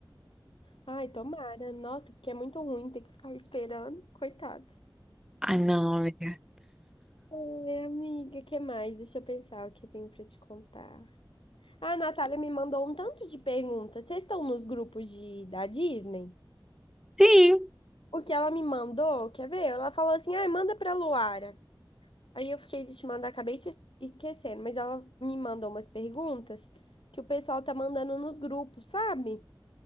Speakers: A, on the left; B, in the centre.
A: Ai, tomara. Nossa, porque é muito ruim ter que ficar esperando. Coitado.
B: Ai, não, amiga.
A: Oi, amiga, que mais? Deixa eu pensar o que eu tenho pra te contar. A Natália me mandou um tanto de perguntas. Vocês estão nos grupos de, da Disney?
B: Sim.
A: O que ela me mandou, quer ver? Ela falou assim, ai, manda pra Luara. Aí eu fiquei de te mandar, acabei te es- esquecendo. Mas ela me mandou umas perguntas que o pessoal tá mandando nos grupos, sabe?